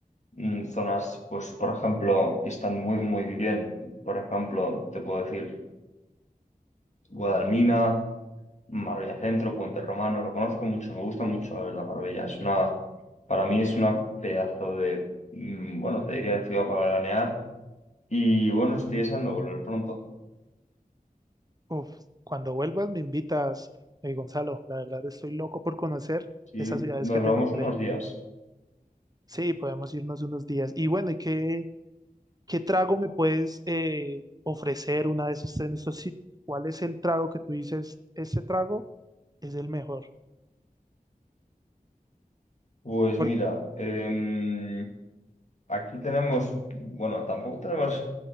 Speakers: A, on the left; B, on the right.
A: mm, zonas, pues, por ejemplo, que están muy, muy bien, por ejemplo, te puedo decir... Guadalmina, Marbella Centro, Puente Romano, lo conozco mucho, me gusta mucho la verdad Marbella. Es una, para mí es una pedazo de, mm, bueno, te diría de ciudad para veranear. Y bueno, estoy deseando volver pronto.
B: Uf, cuando vuelvas me invitas, eh, Gonzalo. La verdad estoy loco por conocer
A: Sí,
B: esas ciudades
A: nos
B: que te
A: vamos
B: nombré.
A: unos días.
B: Sí, podemos irnos unos días. Y bueno, ¿y qué, qué trago me puedes eh, ofrecer una vez estés en estos sitios? ¿Cuál es el trago que tú dices, este trago? es el mejor.
A: Pues
B: Porque,
A: mira, em, aquí tenemos, bueno, tampoco tenemos